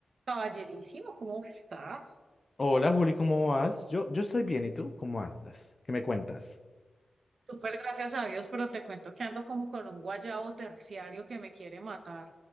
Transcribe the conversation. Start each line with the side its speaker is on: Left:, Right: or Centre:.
Right: Caballerísimo, ¿cómo estás?
Left: Hola Juli, ¿cómo vas? Yo, yo estoy bien, ¿y tú? ¿Cómo andas? ¿Qué me cuentas?
Right: Súper gracias a Dios, pero te cuento que ando como con un guayabo terciario que me quiere matar.